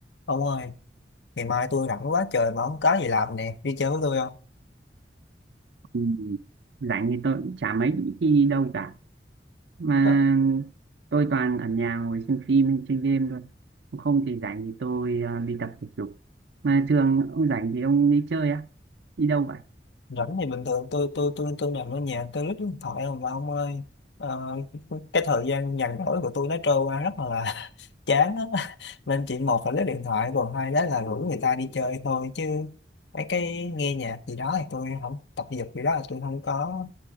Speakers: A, on the left; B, on the right.
A: Ông ơi, ngày mai tôi rảnh quá trời mà không có gì làm nè, đi chơi với tôi không?
B: Ừ, rảnh thì tôi cũng chả mấy khi đi đâu cả mà
A: Ờ,
B: tôi toàn ở nhà ngồi xem phim hay chơi game thôi Còn không thì rảnh thì tôi ờ, đi tập thể dục mà thường ông rảnh thì ông đi chơi á đi đâu vậy
A: Rảnh thì bình thường tôi tôi tôi tôi nằm ở nhà tôi lướt điện thoại không mà ông ơi. Ờ, cái thời gian nhàn rỗi của tôi nó trôi qua rất là <laughs> chán á. Nên chỉ một là lướt điện thoại còn hai đó là rủ người ta đi chơi thôi chứ mấy cái nghe nhạc gì đó thì tôi không tập thể dục gì đó là tôi không có